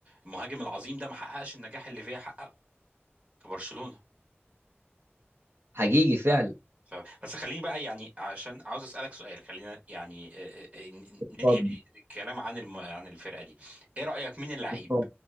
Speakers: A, on the right (about 35°); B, on the right (about 65°).
A: المهاجم العظيم ده ما حققش النجاح اللي فيا حققه في برشلونه
B: حقيقي فعلا
A: ف- بس خليني بقى يعني عشان عاوز اسالك سؤال خلينا يعني آه، آه، آه، ن-
B: اتفضل
A: ننهي بيه الكلام عن الم... عن الفرقه دي ايه رايك مين اللعيب
B: اتفضل